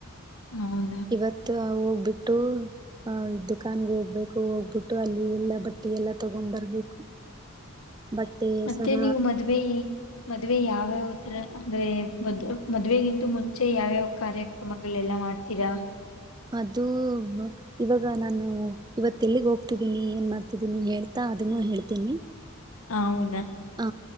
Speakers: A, on the left; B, on the right.
A: ಹೌದಾ?
B: ಇವತ್ತು ಹೋಗ್ಬಿಟ್ಟ
A: <inaudible>
B: ಅ ದುಖಾನಗೆ ಹೋಗ್ಬೇಕು ಹೋಗ್ಬಿಟ್ಟು ಅಲ್ಲಿ ಎಲ್ಲಾ ಬಟ್ಟೆ ಎಲ್ಲ ತಗೊಂಡ್ ಬರ್ಬೇಕು
A: <inaudible>
B: ಬಟ್ಟೆ
A: ಮತ್ತೆ
B: ಸರ
A: ನೀವು ಮದ್ವೆ ಮದ್ವೆ ಯಾವ್ಯಾವ ರ ಅಂದ್ರೆ ಮದ್ಲು ಮದ್ವೆಗಿಂತ ಮುಂಚೆ ಯಾವಯಾವ ಕಾರ್ಯಕ್ರಮಗಳೆಲ್ಲ ಮಾಡ್ತೀರಾ
B: ಅದು ಇವಾಗ ನಾನು ಇವತ್ ಎಲ್ಲಿಗ ಹೋಗ್ತಿದ್ದೀನಿ ಏನ ಮಾಡ್ತಿದ್ದೀನಿ ಹೇಳ್ತಾ ಅದನ್ನು ಹೇಳ್ತೀನಿ
A: ಹೌದಾ
B: ಹಾ